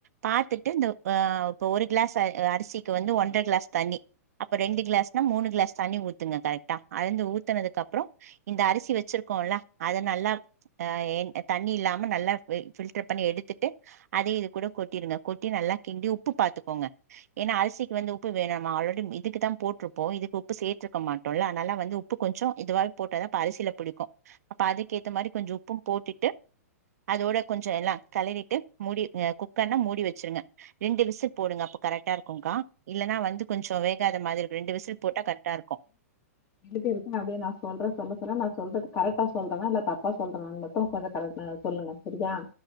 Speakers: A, on the right; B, on the left.
A: பாத்துட்டு இந்த அ இப்ப ஒரு கிளாஸ் அ அரிசிக்கு வந்து ஒன் ற க்ளாஸ் தண்ணி அப்ப ரெண்டு க்ளாஸ்னா மூணு க்ளாஸ் தண்ணி ஊத்துங்க கரெக்டா அளந்து ஊத்தனதுக்கப்றோ இந்த அரிசி வச்சிருக்கோல்ல அத நல்லா அ என் தண்ணி இல்லாம நல்லா ஃபில்டர் பண்ணி எடுத்துட்டு அதே இது கூட கொட்டிருங்க கொட்டி நல்லா கிண்டி உப்பு பாத்துக்கோங்க ஏன்னா அரிசிக் வந்து உப்பு வேணாமா ஆல்ரெடி இதுக்கு தா போட்ருபோ இதுகு உப்பு சேட்ருக்க மாட்டோல்ல அனால வந்து உப்பு கொஞ்சோ இதுவா போட்டதா இப்ப அரிசில புடிக்கு அப்ப அதுக்கேத்த மாரி கொஞ்ச உப்பும் போட்டுட்டு அதோட கொஞ்சோ எல்லா கெளறிட்டு மூடிருங்க குக்கர்ல மூடி வச்ருங்க ரெண்டு விசில் போடுங்க அப்ப கரெட்டாருக்குகா இல்லனா வந்து கொஞ்சோ வேகாத மாதிரி ரெண்டு விசில் போட்டா கரெட்டாருக்கு
B: எங்கிட்ட இருக்கு நா அப்டியே நா சொல்ற சொல்ல சொல்ல நா சொல்றது கரெட்டா சொல்றானா இல்ல தப்பா சொல்றானானு ம <unintelligible> கொஞ்ச <unintelligible> சொல்லுங்க சரியா